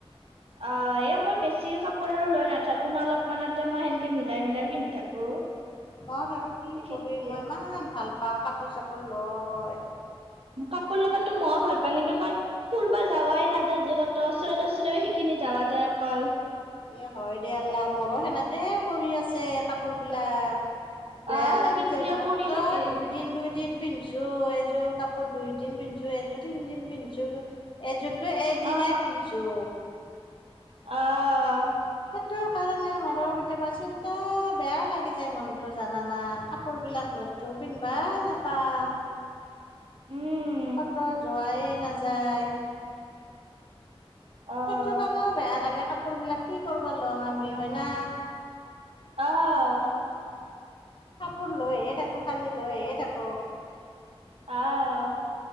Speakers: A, on the right; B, on the left.
A: অ এই মই বেছি কাপোৰ আৰু লৈ নাথাকো ন অলপমানতে মই সেনেকে মিলাই মিলাই পিন্ধি থাকো
B: মই আৰু কি
A: সেইখিনিয়ে
B: কবি মই ইমান ভাল পাও কাপোৰ চাপোৰ লওঁ হয়
A: কাপোৰ লবাতো মই ভাল পামওঁ কিন্তু তাত ফুৰবা যাৱাই নাযায় যে ক ওচৰেতে ওচৰে সেইখিনি যাৱা যায় অকল
B: এ হয় দে আল্লা মোৰো সেনেকে পৰি আছে কাপোৰ বিলাক বেয়া
A: আহ
B: লাগিছে
A: কিনিলেও
B: মাত্ৰ
A: পৰি থাকে
B: দুই দিন দুই দিন পিন্ধছো এযোৰ কাপোৰ দুই দিন পিন্ধছো এযোৰ তিনদিন পিন্ধছো এযোৰ তো এদিনে
A: আহ
B: পিন্ধছো
A: অঁ
B: ৰ কাৰণে মোৰৰ কেতিয়াবা চিন্তা বেয়া লাগি যায় মনতো জানানা কাপোৰ বিলাক লৈছো পিন্ধবাই নাপাওঁ
A: উম
B: <unintelligible> কত যোৱাইে নাযায়
A: আহ
B: সেইটো কাৰণে বেয়া লাগে কাপোৰ বিলাক কি কৰিবা লওঁং আমি, হয় না।
A: অহ।
B: কাপোৰ লৈহে থাকো, খালি লৈহে থাকো।
A: অহ।